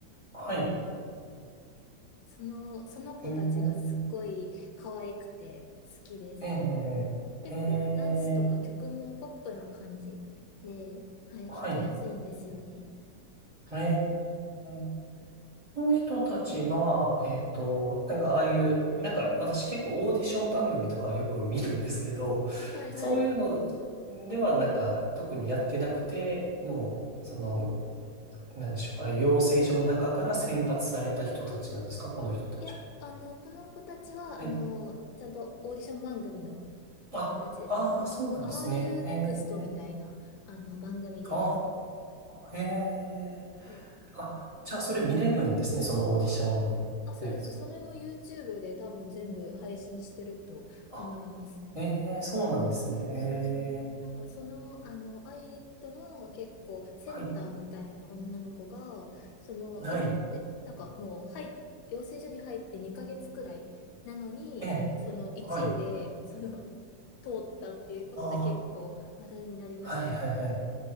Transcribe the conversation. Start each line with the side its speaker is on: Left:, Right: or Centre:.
Right: はい。
Left: その、その子たちがすっごい可愛くて好きです。
Right: あ、ええええええええ
Left: 結構ダンスとか曲もポップな感じで、はい、
Right: はい。
Left: 聞きやすいんですよね。
Right: ええこの人たちは、えっと、なんかああいう、なんか私結構オーディション番組とかよく見るんですけど、
Left: はいはい。
Right: そういうのではなんか特にやってなくて、もう、その、なんでしょう、ああいう養成所の中から選抜された人たちなんですかこの人たちは。
Left: いや、あの、この子たちは、
Right: はい。
Left: あの、ちゃんとオーディション番組の
Right: あ、
Left: 子たちですね。
Right: ああ、
Left: なんだっけ。
Right: そうなんですね。
Left: ああいうネクストみたいな、
Right: へえ。
Left: あの、番組で。
Right: ああ、へえ。
Left: そう
Right: あ、じゃあそれ見れるんですね、そのオーディションのやつは。
Left: あ、あ、そうですね。それも YouTube で多分全部配信してると思います。
Right: あ、ええ、そうなんですね。ええ。
Left: そうそう。なんかその、あの、アイリットの結構センターみたいな女の子が、
Right: はい。
Left: その、
Right: ない。
Left: 養えなんかもう、はい、養成所に入って2ヶ月くらいなのに、
Right: ええ。
Left: その1位で、
Right: はい。あ
Left: その、<laughs> 通ったっていうことで結構話題になりました。
Right: あ。はいはいはい。